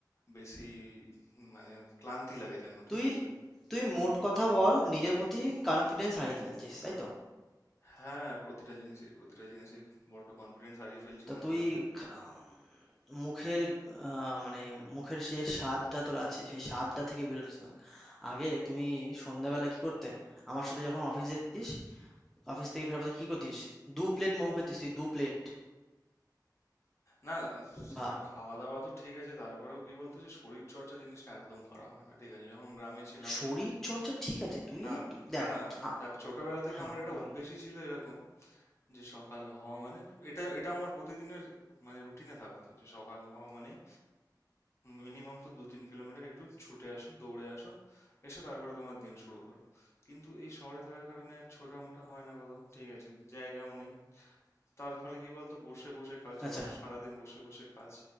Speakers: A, on the left; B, in the centre.
A: বেশি মানে ক্লান্তি লাগে যেন ঠিক
B: তুই
A: আছে
B: তুই মোট কথা বল নিজের প্রতি কনফিডেন্স হারিয়ে ফেলছিস তাই তো
A: হ্যাঁ প্রতিটা জিনিসেই প্রতিটা জিনিসেই বড্ড কনফিডেন্স হারিয়ে ফেলছি
B: তো
A: মোটা
B: তুই
A: হয়ে যাওয়ার
B: খা- মুখের আহ, মানে মুখের যে স্বাদটা তোর আছে সেই স্বাদটা থেকে বেরোতে থাক আগে তুমি সন্ধ্যাবেলা কি করতে আমার সাথে যখন অফিস যেতিস অফিস থেকে ফেরার পথে কি করতিস দু প্লেট মোমো খেতিস তুই দু প্লেট
A: না সেটা
B: ভাব
A: খাওয়া দাওয়া তো ঠিক আছে তারপরেও কি বলতো যে শরীর চর্চা জিনিসটা একদম করা হয় না ঠিক আছে যখন গ্রামে ছিলাম
B: শরীর চর্চা ঠিক আছে তুই
A: না
B: তু-
A: না
B: দেখ
A: না
B: আ-
A: দেখ ছোটবেলা থেকে
B: হ্যাঁ
A: আমার এটা
B: বল
A: অভ্যেসই ছিল এরকম যে সকাল হওয়া মানে এটা এটা আমার প্রতিদিনের মানে রুটিনে থাকতো যে সকাল হওয়া মানেই মিনিমাম তো দু তিন কিলোমিটার একটু ছুটে আসো দৌড়ে আসো এসে তারপরে তোমার দিন শুরু করো কিন্তু এই শহরে থাকার কারণে আর ছোটা মোটা হয় না কোথাও ঠিক আছে জায়গাও নেই তার ফলে কি বলতো বসে বসে কাজ
B: আচ্ছা
A: আবার সারাদিন বসে বসে কাজ